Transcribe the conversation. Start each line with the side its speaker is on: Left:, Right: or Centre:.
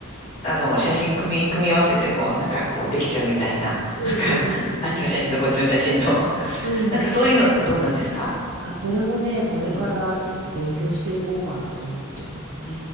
Left: あの、写真組み、組み合わせて、こう、なんかこう、できちゃうみたいな。<laughs>
Right: うんうん
Left: なんか、あっちの写真とこっちの写真と。<laughs>
Right: うんうん。
Left: なんかそういうのってどうなんですか
Right: あ、それもね、これからちょっと勉強していこうかなと思ってます。
Left: うん。う